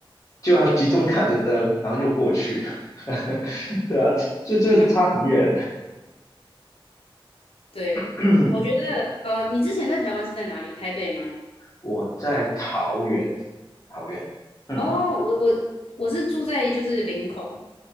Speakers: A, on the left; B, on the left.
A: 就要集中看着灯，然后就过去。<laughs> 对啊，就就是差很远。
B: <laughs> 对，
A: <clears throat>
B: 我觉得呃，你之前在台湾是在哪里？台北吗？
A: 我在桃园，桃园，嗯，
B: 哦，我我我是住在就是林口，